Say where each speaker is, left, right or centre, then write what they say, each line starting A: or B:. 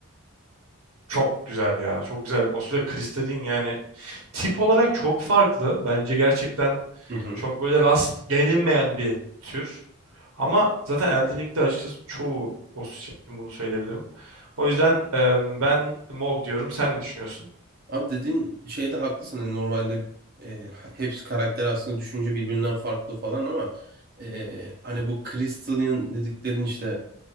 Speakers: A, on the right; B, on the right.
A: çok güzel ya. Çok güzel. Boss ve Kristalin yani tip olarak çok farklı. Bence gerçekten
B: Hı hı.
A: çok böyle rast gelinmeyen bir tür. Ama zaten Elden Ring'de açıkçası çoğu boss için bunu söyleyebilirim. O yüzden e, ben Mog diyorum. Sen ne düşünüyorsun?
B: Abi dediğin şeyde haklısın. Hani normalde e, hepsi karakter aslında düşünce birbirinden farklı falan ama e, hani bu Crystal'in dediklerin işte